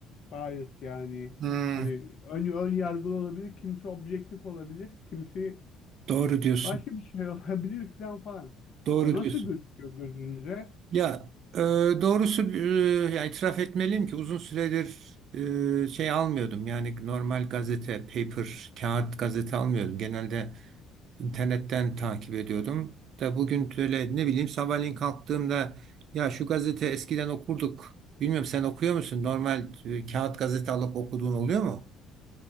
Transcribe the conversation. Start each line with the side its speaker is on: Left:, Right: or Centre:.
Left: bias yani
Right: Hmm,
Left: hani ön, ön yargılı olabilir. Kimisi objektif olabilir. Kimisi
Right: doğru diyorsun.
Left: başka bir şey <laughs> olabilir falan falan.
Right: Doğru
Left: Ya nasıl
Right: diyorsun.
Left: gözüküyor gözünüze?
Right: Ya e, doğrusu e, ya itiraf etmeliyim ki uzun süredir e, şey almıyordum. Yani normal gazete, paper, kağıt gazete almıyordum. Genelde İnternetten takip ediyordum. Da bugün böyle ne bileyim sabahleyin kalktığımda ya şu gazete eskiden okurduk. Bilmiyorum sen okuyor musun? Normal e, kağıt gazete alıp okuduğun oluyor mu?